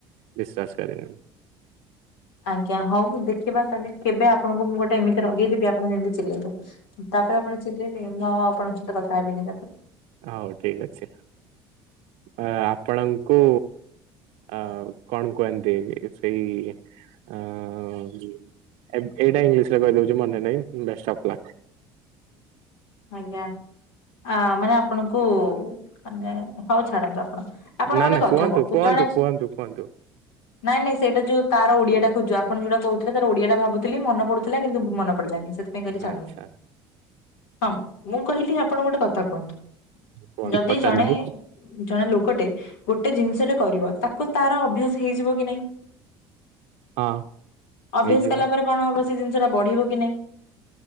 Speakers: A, on the right; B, on the left.
A: ବିଶ୍୍ୱାସ କରରେନି
B: ଆଜ୍ଞା ହଉ ଦେଖିବା ତାହେଲେ କେବେ ଆପଣଙ୍କୁ ମୁଁ ଗୋଟେ ଏମିତି ଲଗେଇଦବି ଆପଣ ଯେମିତି ଚିଲେଇବ ତାପରେ ଆପଣ ଚିଲେଇିଲଲେ ମୁଁ ଆଉ ଆପଣଙ୍କ ସହିତ କଥା ହେବିନି ତାପରେ
A: ହଉ ଠିକ ଅଛି ଆପଣଙ୍କୁ ଅ କଣ କୁହନ୍ତି ସେଇ ଅ ଏଇଟା ଇଂଲିଶ ରେ କହିଦଉଛି ମନେ ନାଇଁଫ
B: ଆଜ୍ଞା ଆ ମାନେ ଆପଣଙ୍କୁ ମାନେ ହଉ ଛାଡ଼ନ୍ତୁ ଆପଣ ଆପଣ
A: ନା
B: ଗୋଟେ
A: ନା
B: କଥା
A: କୁହନ୍ତୁ
B: କହନ୍ତୁ
A: କୁହନ୍ତୁ
B: ଜଣେ
A: କୁହନ୍ତୁ କୁହନ୍ତୁ।
B: ନାଇଁ ନାଇଁ ସେଇଟା ଯୋଉ ତାର ଓଡିଆଟା ଖୋଜୁ ଆପଣ ଯୋଉଟା କହୁଥିଲେ ତାର ଓଡିଆଟା ଭାବୁି ମନ ପଡୁଥିଲା କିନ୍ତୁ ମନ ପଡିଲାି ସେଥିପାଇଁ କରି ଜଣ
A: ଆଚ୍ଛା
B: ହଁ ମୁଁ କହିଲି ଆପଣ ଗୋଟେ କଥା କୁହନ୍ତୁ
A: କୁହନ୍ତୁ
B: ଯଦି
A: ପଚାରନ୍ତୁ
B: ଜଣେ ଜଣେ ଲୋକଟେ ଗୋଟେ ଜିନିଷଟରେ କରିବ ତାକୁ ତାର ଅଭ୍ୟାସ ହେଇଯିବ କି ନାଇଁ
A: ହଁ
B: ଅଭ୍ୟାସ
A: ହେଇଯିବ
B: କଲା ପରେ କଣ ହବ ସେ ଜିନିଷ ଟା ବଢିବ କି ନାଇଁ